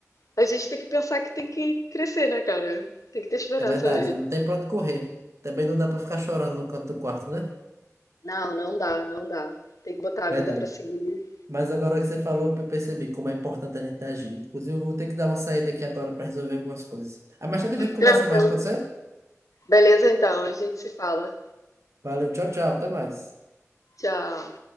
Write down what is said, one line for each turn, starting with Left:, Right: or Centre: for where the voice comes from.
Left: a gente tem que pensar que tem que crescer, né, cara? Tem que ter esperança.
Right: É verdade, não tem pra onde correr. Também não dá pra ficar chorando no canto do quarto, né?
Left: Não, não dá, não dá. Tem que botar
Right: Verdade.
Left: a vida pra seguir.
Right: Mas agora que você falou, eu percebi como é importante a gente agir. Inclusive, eu vou ter que dar uma saída aqui agora para resolver algumas coisas. Ah, mais tarde a gente conversa
Left: Tranquilo.
Right: mais, pode ser?
Left: Beleza, então, a gente se fala.
Right: Valeu, tchau, tchau, até mais.
Left: Tchau.